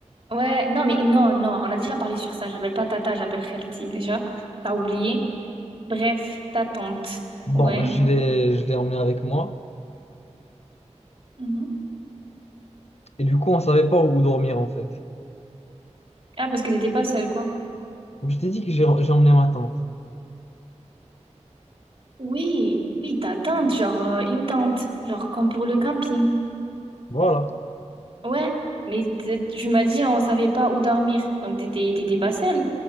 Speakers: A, on the right (about 50°); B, on the left (about 60°).
A: Ouais, non, mais non, non, on a déjà parlé sur ça. J'appelle pas tata, j'appelle Khelti déjà. T'as oublié. Bref, ta tante.
B: Bon,
A: Ouais,
B: je
A: du
B: l'ai
A: coup.
B: je l'ai emmenée avec moi.
A: Mhm.
B: Et du coup, on savait pas où dormir en fait.
A: Ah, parce que t'étais pas seule, quoi.
B: Donc je t'ai dit que j'ai j'ai emmené ma tante.
A: Oui, oui, ta tante, genre euh, une tente, genre comme pour le camping.
B: Voilà.
A: Ouais, mais t- tu m'as dit on savait pas où dormir, donc t'étais t'étais pas seule.